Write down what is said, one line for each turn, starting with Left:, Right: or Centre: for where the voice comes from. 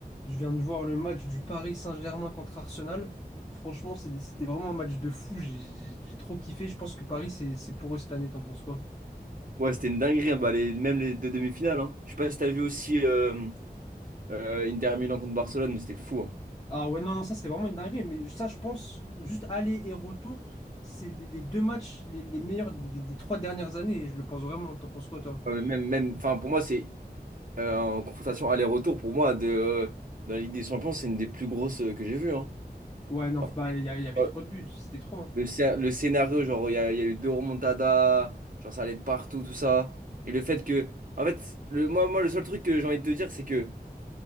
Left: Je viens de voir le match du Paris Saint-Germain contre Arsenal. Franchement, c'est- c'était vraiment un match de fou. J'ai j'ai- j'ai trop kiffé. Je pense que Paris, c'est c'est pour eux cette année. T'en penses quoi?
Right: Ouais, c'était une dinguerie, hein. bah, les- même les deux demi-finales. Hein. Je sais pas si t'as vu aussi euh, euh, Inter Milan contre Barcelone, mais c'était fou. hein.
Left: Ah ouais, non, non, ça, c'était vraiment une dinguerie. Mais ça, je pense, juste aller et retour, c'est les les deux matchs les, les meilleurs des, des trois dernières années. Je le pense vraiment. T'en penses quoi, toi?
Right: Ah, mais même, même, enfin, pour moi, c'est euh, en confrontation aller-retour. Pour moi, de, euh, dans la Ligue des Champions, c'est une des plus grosses euh, que j'ai vues. hein.
Left: Ouais, non,
Right: Après,
Left: bah, il y, a- il y avait
Right: euh,
Left: trop de buts. C'était trop. hein.
Right: le, scé- le scénario, genre, il y a, il y a eu deux remontadas, genre, ça allait de partout, tout ça. Et le fait que, en fait, le, moi, moi, le seul truc que j'ai envie de te dire, c'est que